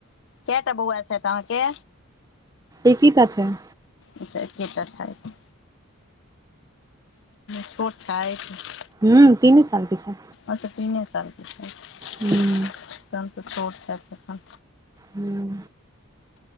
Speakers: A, on the left (about 55°); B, on the right (about 15°).
A: कै टा बौआ छथि अहाँ के।
B: ऐके टा छैथ।
A: अच्छा एके टा छैथ। छोट छैथ।
B: हुं तीन साल के छैथ।
A: अच्छा तऽ तीने साल के छैथ।
B: हूं।
A: तखन त छोट छैथ अखैन।
B: हुं।